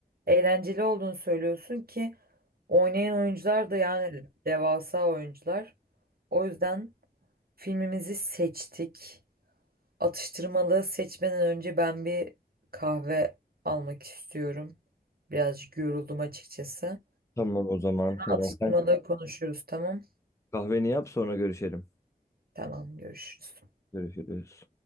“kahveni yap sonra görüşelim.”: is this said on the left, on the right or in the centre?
Left